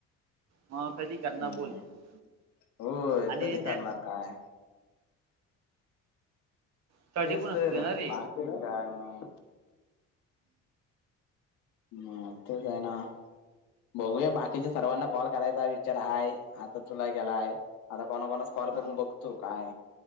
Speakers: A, on the right (about 65°); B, on the left (about 80°).
A: म कधी करनार
B: हम्म
A: बोलतो
B: होय
A: आणि
B: कधी करणार
A: त्यात.
B: काय.
A: स्टडी
B: तेच
A: पण असतोय
B: तर रा
A: ना रे
B: बाकी काय मग. म ठीक हाय ना. बघूया बाकीच्या सर्वांना कॉल करायचा विचार हाय आता तुला केलाय आता कोणा कोणाचा. कॉल
A: हा
B: करून बघतो काय